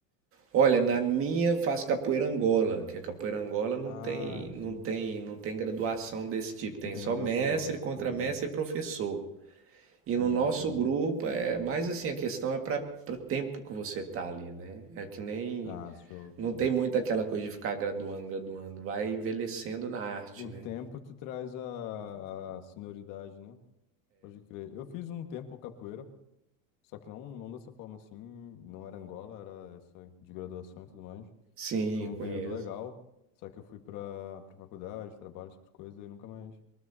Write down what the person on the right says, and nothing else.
Olha,
na minha faço capoeira Angola, que a capoeira Angola não
tem, não
tem, não tem graduação desse tipo, tem
só
mestre,
contramestre
e professor. E
no nosso
grupo é mais assim, a questão é para o tempo que você tá ali, né? É que nem
não
tem muito aquela coisa de ficar graduando, graduando, vai envelhecendo na arte,
né?
Sim,
conheço.